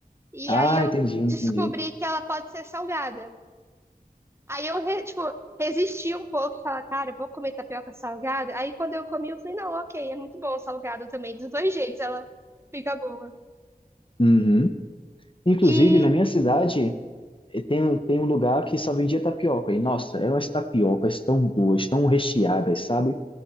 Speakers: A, on the right; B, on the left.
A: E
B: Ah,
A: aí eu
B: entendi, entendi.
A: descobri que ela pode ser salgada. Aí eu, re- tipo, resisti um pouco, e falar, cara, eu vou comer tapioca salgada. Aí quando eu comi, eu falei, não, ok, é muito bom o salgado também. Dos dois jeitos ela fica boa.
B: Uhum. Inclusive,
A: E
B: na minha cidade, eh, tem, um- tem um lugar que só vendia tapioca. E, nossa, eram as tapiocas tão boas, tão recheadas, sabe?